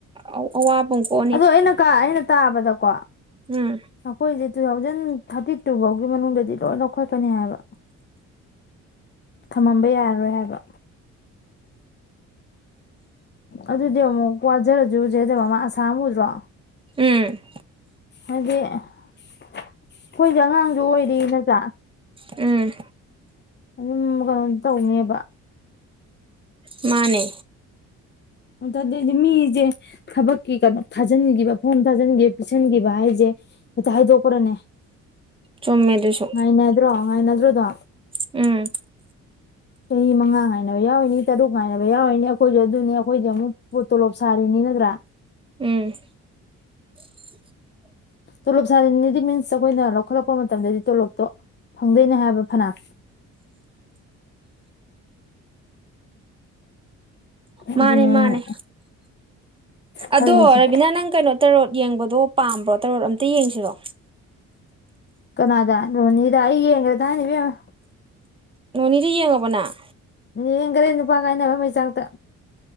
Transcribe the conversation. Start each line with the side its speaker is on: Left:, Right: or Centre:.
Right: ꯑꯧ ꯑꯋꯥꯕꯥ ꯑꯃꯥ ꯀꯣꯑꯅꯤ
Left: ꯃꯦꯅꯀꯥ ꯑꯩꯅ ꯇꯥꯕꯗꯀꯣ
Right: ꯎꯝ
Left: ꯑꯩꯈꯣꯏꯁꯦ ꯇꯨ ꯊꯥꯎꯖꯟ ꯊꯥꯔꯇꯤ ꯇꯨ ꯐꯧꯒꯤ ꯃꯅꯨꯡꯗꯗꯤ ꯂꯣꯏ ꯂꯧꯈꯠꯀꯅꯤ ꯍꯥꯏꯕ ꯊꯝꯃꯝꯕ ꯌꯥꯔꯔꯣꯏ ꯍꯥꯏꯕ ꯑꯗꯨꯗꯤ ꯑꯃꯨꯛ ꯋꯥꯖꯔꯁꯨꯁꯦ ꯍꯥꯏꯗ ꯃꯃꯥ ꯑꯁꯥ ꯑꯃꯥ ꯎꯗ꯭ꯔꯣ
Right: ꯎꯝ
Left: ꯍꯥꯏꯗꯤ ꯑꯩꯈꯣꯏꯁꯦ ꯑꯉꯥꯡꯁꯨ ꯑꯣꯏꯔꯤ ꯅꯇꯔꯥ
Right: ꯎꯝ
Left: ꯑꯗꯨꯝ ꯀꯩꯅꯣꯗꯤ ꯇꯧꯅꯦꯕ
Right: ꯃꯥꯅꯦ
Left: <unintelligible> ꯃꯤꯖꯦ ꯊꯕꯛꯀꯤ ꯀꯩꯅꯣ ꯊꯥꯖꯤꯟꯈꯤꯕ ꯐꯣꯝ ꯊꯥꯖꯤꯟꯈꯤꯕ ꯄꯤꯁꯤꯟꯈꯤꯕ ꯍꯥꯏꯁꯦ ꯍꯦꯛꯇ ꯍꯥꯏꯗꯣꯛꯄ꯭ꯔꯅꯦ
Right: ꯆꯨꯝꯃꯦ ꯑꯗꯨꯁꯨ
Left: ꯉꯥꯏꯅꯗ꯭ꯔꯣ ꯉꯥꯏꯅꯗ꯭ꯔꯣꯗꯣ
Right: ꯎꯝ
Left: ꯆꯍꯤ ꯃꯉꯥ ꯉꯥꯏꯅꯕ ꯌꯥꯎꯔꯤꯅꯤ ꯇꯔꯨꯛ ꯉꯥꯏꯅꯕ ꯌꯥꯎꯔꯤꯅꯤ ꯑꯩꯈꯣꯏꯁꯨ ꯑꯗꯨꯅꯤ ꯑꯩꯈꯣꯏꯗꯤ ꯑꯃꯨꯛ ꯇꯣꯂꯣꯞ ꯁꯥꯔꯤꯅꯤ ꯅꯠꯇ꯭ꯔꯥ
Right: ꯎꯝ <inaudible>
Left: ꯇꯣꯂꯣꯞ ꯁꯥꯔꯤꯅꯤꯗꯤ ꯃꯤꯟꯁ ꯑꯩꯈꯣꯏꯅ ꯂꯧꯈꯠꯂꯛꯄ ꯃꯇꯝꯗꯗꯤ ꯇꯣꯂꯣꯞꯇꯣ ꯐꯪꯗꯣꯏꯅꯦ ꯍꯥꯏꯕ ꯐꯅ
Right: ꯃꯥꯅꯦ
Left: ꯑꯗꯨꯅꯦ
Right: ꯃꯥꯅꯦ
Left: ꯑꯩꯅ ꯈꯜꯂꯤꯁꯦ
Right: ꯑꯗꯣ ꯔꯕꯤꯅꯥ ꯅꯪ ꯀꯩꯅꯣ ꯇꯔꯣꯠ ꯌꯦꯡꯕꯗꯣ ꯄꯥꯝꯕ꯭ꯔꯣ ꯇꯔꯣꯠ ꯑꯝꯇ ꯌꯦꯡꯁꯤꯔꯣ
Left: ꯀꯅꯥꯗ ꯅꯣꯅꯤꯗ ꯑꯩ ꯌꯦꯡꯈ꯭ꯔꯦ ꯊꯥꯏꯅ ꯏꯕꯦꯝꯃꯥ
Right: ꯅꯣꯅꯤꯗ ꯌꯦꯡꯉꯕꫭ ꯅꯪ
Left: ꯌꯦꯡꯈꯔꯦ ꯅꯨꯄꯥ ꯀꯥꯏꯅꯕ ꯃꯩꯆꯥꯛꯇ